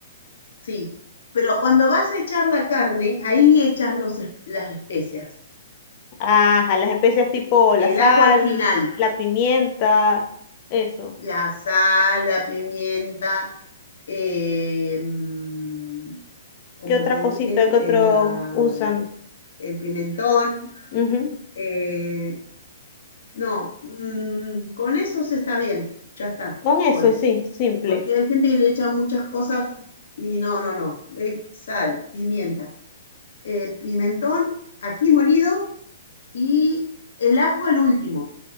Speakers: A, on the left; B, on the left.
A: Sí, pero cuando vas a echar la carne, ahí echas los, es- las especias.
B: Ajá, las especias tipo la
A: El
B: sal,
A: ajo al final,
B: la pimienta, eso.
A: la sal, la pimienta, eh, mm, como
B: ¿Qué otra
A: te
B: cosita
A: dije,
B: que
A: eh,
B: otros
A: la-
B: usan?
A: el pimentón.
B: Ujú.
A: eh, no, mm, con eso se está bien, ya está,
B: Con eso,
A: con eso.
B: sí, simple,
A: Porque hay gente que le echa muchas cosas y no, no, no, es sal, pimienta, eh, pimentón, ají molido y el ajo al último.